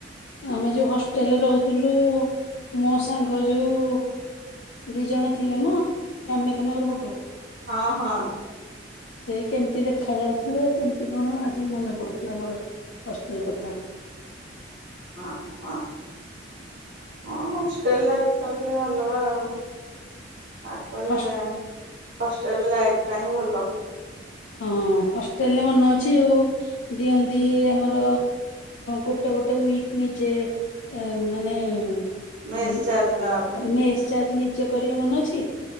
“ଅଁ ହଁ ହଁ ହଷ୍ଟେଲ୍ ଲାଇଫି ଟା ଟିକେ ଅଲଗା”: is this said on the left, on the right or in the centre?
Right